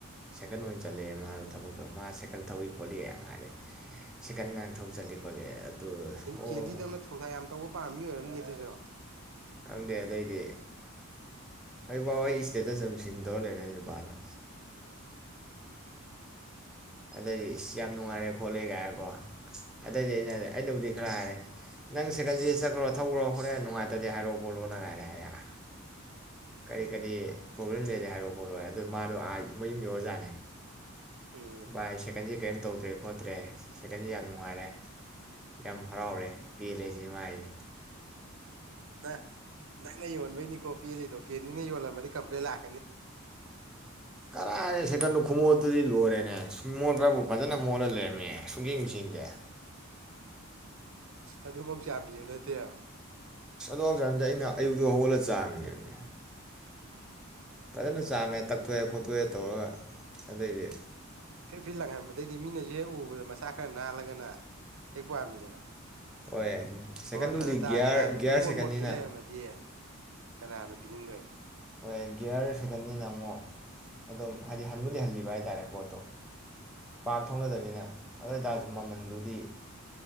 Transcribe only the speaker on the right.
ꯀꯦꯟꯗꯤꯗꯧꯅ ꯊꯧꯗꯥ ꯌꯥꯝ ꯇꯧꯕ ꯄꯥꯝꯃꯤ ꯑꯣꯏꯔꯝꯅꯤ ꯑꯗꯨꯁꯨ
ꯎꯝ
ꯅ ꯅꯪꯅ ꯌꯣꯟꯕꯩꯅꯤꯀꯣ ꯄꯦꯜꯂꯤꯗꯣ ꯀꯦꯅꯤꯅ ꯌꯣꯜꯂꯝꯃꯅꯤ ꯀꯝꯄ꯭ꯂꯦꯟ ꯂꯥꯛꯀꯅꯤ
ꯑꯗꯨꯐꯥꯎ ꯆꯌꯥꯝꯕꯤꯌꯨ ꯅꯠꯇꯦ
ꯐ꯭ꯔꯤꯠ ꯐꯔꯤꯠ ꯂꯪꯍꯟꯕꯗꯩꯗꯤ ꯃꯤꯅ ꯍꯦꯛ ꯎꯕꯗ ꯃꯁꯥ ꯈꯔ ꯅꯥꯜꯂꯒꯅ ꯍꯦꯛ ꯄꯥꯝꯃꯤꯗꯅ
ꯃꯃꯜ ꯐꯅ ꯇꯥꯡꯉꯦ
ꯍꯥꯏꯔꯁꯨ
ꯄꯨꯡ ꯃꯣꯟ
ꯃꯣꯠꯈꯩ ꯂꯩꯔꯝꯃꯗꯤ ꯀꯅꯥꯅꯥ ꯄꯤꯅꯤꯡꯗꯕ